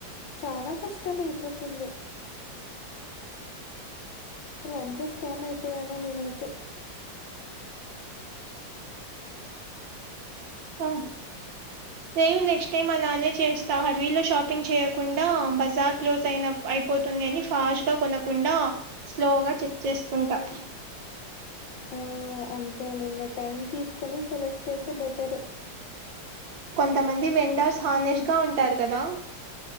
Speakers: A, on the left; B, on the right.
A: చనా కష్టం అయిపోతుంది అసలు ఎంత స్కామ్ అయిపోయానో నేనైతే
B: ఆ నేను నెక్స్ట్ టైమ్ అలానే చేస్తా హర్రీ లో షాపింగ్ చేయకుండా బజార్ క్లోజ్ అయిన అయిపోతుంది అని ఫాస్ట్ గా కొనకుండా స్లోగా చెక్ చేసుకుంటా
A: ఉమ్ ఆ అంతేలే ఇంగ టైమ్ తీసుకొని సెలెక్ట్ చేస్తే బెటరు
B: కొంతమంది వెండర్స్ హానెస్ట్ గా ఉంటారు కదా